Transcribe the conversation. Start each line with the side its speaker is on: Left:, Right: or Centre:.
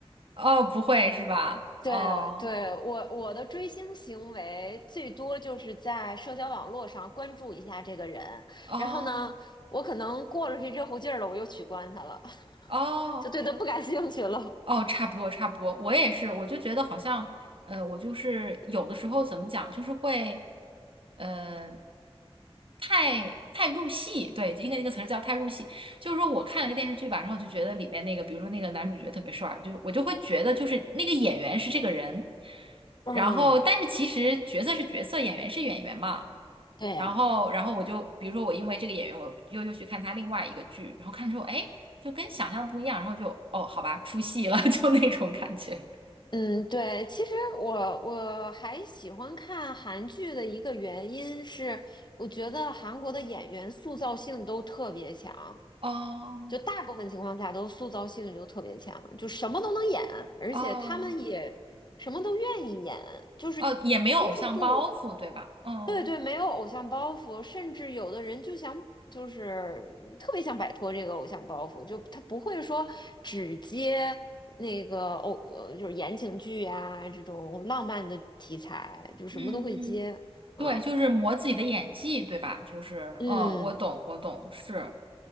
Right: 哦，不会是吧？
Left: 对对，
Right: 哦
Left: 我我的追星行为最多就是在社交网络上关注一下这个人，
Right: 哦
Left: 然后呢，我可能过了这热乎劲儿了，我又取关他了，
Right: 哦
Left: <laughs> 就对他不感兴趣了。
Right: 哦，差不多，差不多，我也是，我就觉得好像，呃，我就是有的时候怎么讲，就是会，呃，太太入戏，对，应该那个词儿叫太入戏，就是说我看了个电视剧吧，然后我就觉得里面那个，比如说那个男主角特别帅，我就我就会觉得就是那个演员是这个人，
Left: 嗯，
Right: 然后但是其实角色是角色，演员是演员嘛，
Left: 对呀。
Right: 然后，然后我就比如说我因为这个演员，我又又去看他另外一个剧，然后看之后，哎，就跟想象不一样，然后就哦，好吧，出戏了，<laughs> 就那种感觉。
Left: 嗯，对，其实我我还喜欢看韩剧的一个原因是，我觉得韩国的演员塑造性都特别强，
Right: 哦
Left: 就大部分情况下都塑造性就特别强，就什么都能演，而且他们也什么都愿意演，
Right: 哦
Left: 就是
Right: 哦，也没有偶像包袱，
Left: 接受度。
Right: 对吧？哦，
Left: 对对，没有偶像包袱，甚至有的人就想，就是特别想摆脱这个偶像包袱，就他不会说只接那个偶，呃就是言情剧呀、这种浪漫的题材，就什么都会接。
Right: 嗯嗯，对，
Left: 嗯
Right: 就是磨自己的演技，对吧？就是，
Left: 嗯，
Right: 嗯，我懂，我懂，是，